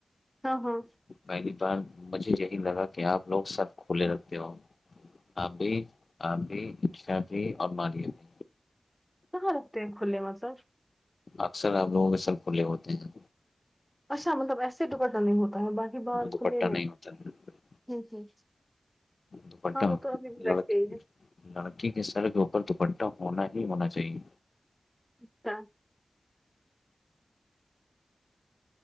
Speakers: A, in the centre; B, on the left.
A: ہاں ہاں
B: پہلی بار مجھے یہی لگا کہ آپ لوگ سب کھلے رکھتے ہو آبھی آبی اشا بھی اور مالیہ بھی
A: کہاں رگتے ہیں کھے م سر
B: اکثر ہم لوگوں کے سب کھلے ہوتے ہیں
A: اچھا مطلب ایسے دوپٹا نہیں ہوتا ہے باقی باہر
B: ہاں دوپٹہ
A: کھلے میں
B: نہیں ہوتا ہے،
A: ہ ہ
B: دوپٹہ
A: ہاں وہ تو ابھی بھی بیستے
B: لڑکی
A: ہی ہیں
B: لڑکی کے سر کے اوپر دوپٹہ ہونا ہی ہونا چاہیے
A: اچھا